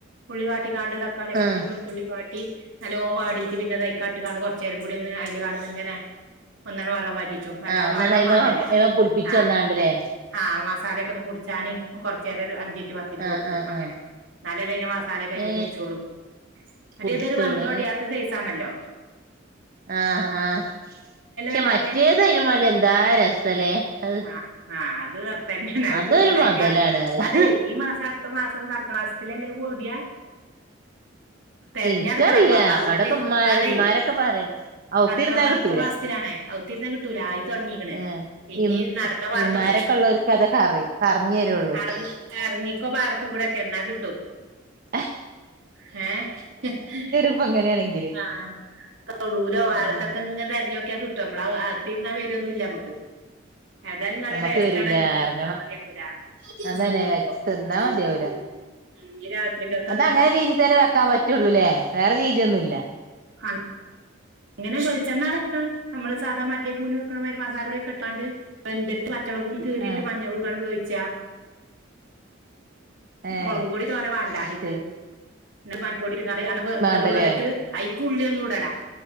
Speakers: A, on the right; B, on the right.
A: ഉുള്ളി വാട്ടിക്കാണ്ട് തക്കളി
B: ആഹ്
A: ഇഞ്ചി വെളുത്തുള്ളി വാട്ടി... <unintelligible> നല്ലോം വാടിയിട്ട് പിന്നെതയ്കാണ്ട് ഇട്ട് കാണ്ട് കുറച് നേരം കൂടി ഒന്ന് അയിൽ കാണ്ട് ഇങ്ങനെ ഒന്നാണ്ട് വെള്ളം വറ്റി..... ച്ചും വല്ലാതെ
B: ആഹ് ഒന്നാണ്ട്
A: വെള്ളം
B: അയ്മ
A: മാണ്ടല്ലോ.
B: അയ്മ പുടിപ്പിച്ച്
A: ആഹ...
B: ഒന്നാണ്ട്ല്ലേ
A: ആഹ് മസാലൊക്കെ ഒന്ന് പുട്ച്ചാന് കുറച്ചു നേരം ഒരു അഞ്ചിൻറ്റ് പത്തിൻ റ്റ്
B: ആഹ്
A: വെക്കുംഅങ്ങനെ.
B: ആഹ് ആഹ്
A: ന്നാലല്ലേ അയ്ന്റെ മസാല അയിമേ
B: ഏ
A: പുച്ചോള്ളൂ എടി
B: കുടിച്ചോളൂ
A: അതൊരു വെന്തോടിയാത്ത സെയ്സാണല്ലോ.
B: ആഹ ആഹ പക്ഷെ
A: വല്ലാതെ
B: മറ്റേത് അയ്നു മാണ്ടി എന്താ രസല്ലേ അഹ്
A: ആഹ് ആഹ് അത് വേറുതന്നെണ് അത്
B: അതൊരു
A: കിട്ടൂല. അ
B: മൊതലാണ്
A: തന്നി
B: പറയാ
A: അതെ ഈ മാസം അടുത്ത മാസം സർക്കാർ... <unintelligible> തെരഞ്ഞെടുക്കണം
B: ഇൻക്കറിയില്ല
A: നമ്മള ഔത്തിരി..
B: അവിടൊക്കെ ഉമ്മാര്
A: ആണേ...
B: ഉമ്മാരൊക്കെ പറയണ് ഔത്തിരുന്നാ
A: നടെക്കണം.. അടുത്തമാസ...
B: കിട്ടൂല
A: അതാണ്. ഔത്തിരുന്ന കിട്ടൂല ആയി തുൊടങ്ങീക്ണ്
B: ഏ
A: ഇനി
B: ഇം
A: നടന്ന പാടത്തുകൂടി
B: ഇമ്മാരൊക്കെ ഉള്ളോർക്ക് അതൊക്കെ അറി പറഞ്ഞു തരുള്ളൂ
A: അർ ഇറങ്ങിക്കോ പാടത്തു കൂടെ ഒക്കെ എന്നാ കിട്ടും.
B: ഹ്ഹ
A: യേ... ഹ്ഹ
B: ഇപ്പൊ ഇങ്ങനെയാണെങ്കില്
A: ആ തൊടൂലോ പാടത്തൊക്കെ
B: ആഹ്
A: ഇങ്ങനെ തെരഞ്ഞോക്കി കിട്ടും നമ്മള് അകത്തിരുന്നാ വരുന്നില്ല നമ്മക്ക് ഏതായാലും നല്ല
B: ശബ്ദം ക്ലിയർ അല്ല <inaudible> നമ്മുക്ക്
A: ടേസ്റ്റ്
B: വരൂല
A: ആണ്
B: ഇറങ്ങണം
A: തിന്നാ മതിയാക്കൂല
B: അതന്നെ
A: ഉം
B: വെച്ച് തിന്നാ മതിയാവൂല
A: ഉം ഇനി രാത്രിക്കൊക്കെ
B: അത
A: എന്താ
B: അങ്ങനെ രീതി തന്നെ വെക്കാൻ പറ്റുള്ളൂലേ വേറെ രീതിയൊന്നുംല്ല
A: ആയ് അങ്ങനെ വെളിച്ചെണ്ണാ പാർന്ന് വെക്കാം നമ്മള് സാധാ മറ്റെ കൂൺ വെക്കണ് മാതിരി മസാല പൊടി ഒക്കെ ഇട്ടാണ്ട് വെന്ത്ട്ട്മറ്റേ... പച്ചമുളകും കീറിട്ട്
B: ആഹ്
A: മഞ്ഞളുംടാണ് വേവിച്ച
B: ഏഹ്
A: മുളകും പൊടി തോന്ന വേണ്ടഅയ്ക്ക്
B: അത് ശരി
A: മല്ലിപ്പൊടി.... ഇട്ടുകാണ്ട് കുക്കറിൽ
B: വേണ്ടല്ലേ
A: വെന്തിട്ട് ഐക്കുള്ളിഒന്നൂടണ്ടാ